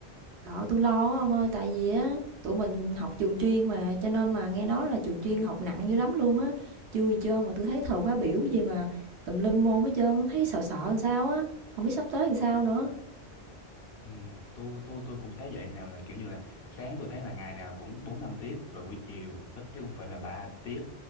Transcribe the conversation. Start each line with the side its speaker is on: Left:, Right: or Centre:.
Right: Đó, tôi lo quá ông ơi, tại vì á tụi mình học trường chuyên mà cho nên mà nghe nói là trường chuyên học nặng dữ lắm luôn á. Chưa gì trơn mà tôi thấy thời khóa biểu gì mà tùm lum môn hết trơn, thấy sợ sợ làm sao á, không biết sắp tới làm sao nữa.
Left: Ừ, tôi tôi tôi cũng thấy vậy nào là kiểu như là sáng tôi thấy là ngày nào cũng 4 5 tiết rồi buổi chiều ít chứ cũng phải là 3 tiết